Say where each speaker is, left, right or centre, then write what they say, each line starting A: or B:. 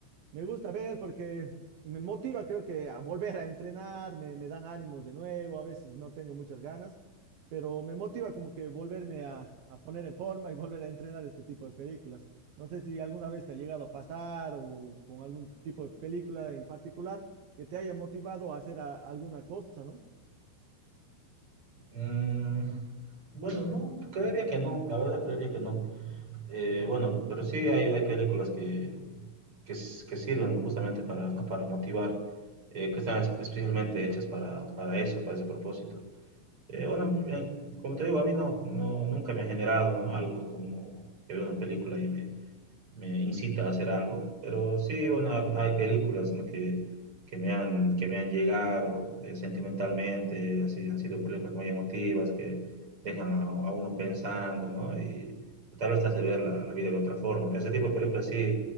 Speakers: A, on the right (about 65°); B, on the right (about 25°).
A: Me gusta ver porque me motiva, creo que a volver a entrenar, me, me dan ánimos de nuevo, a veces no tengo muchas ganas, pero me motiva como que volverme a, a poner en forma y volver a entrenar este tipo de películas. No sé si alguna vez te ha llegado a pasar o con algún tipo de película en particular que te haya motivado a hacer a- alguna cosa, ¿no?
B: Mm, bueno, no, creería que no, la verdad creería que no. Eh, bueno, pero sí hay, hay películas que, que, s- que sirven justamente para, ¿no? para motivar, eh, que están es- especialmente hechas para, para eso, para ese propósito. Eh, bueno, eh, como te digo, a mí no, no, nunca me ha generado, ¿no? algo como que veo una película y me, me incita a hacer algo. Pero sí, bueno, ha- hay películas, ¿no? que, que me han, que me han llegado eh, sentimentalmente, así, han sido películas muy emotivas que dejan a, a uno pensando, ¿no? Y tal vez te hace ver la, la vida de otra forma. Ese tipo de películas sí,